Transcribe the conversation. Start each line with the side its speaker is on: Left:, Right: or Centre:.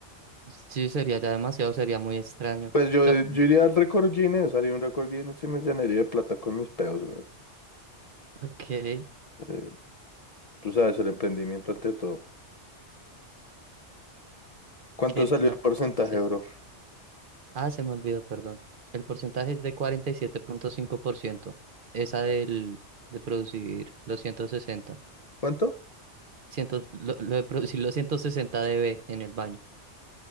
Right: Sí, sería ya demasiado, sería muy extraño.
Left: Pues yo,
Right: Claro,
Left: yo iría al récord Guinness, haría un récord Guinness y me llenaría de plata con mis peos, güey.
Right: ok, que,
Left: Eh, tú sabes, el emprendimiento ante todo. ¿Cuánto
Right: que
Left: salió
Right: no
Left: el porcentaje,
Right: sí
Left: bro?
Right: Ah, se me olvidó, perdón. El porcentaje es de cuarenta y siete punto cinco por ciento Esa del de producir los ciento sesenta
Left: ¿Cuánto?
Right: Ciento- lo, lo de producir los 160 dB en el baño.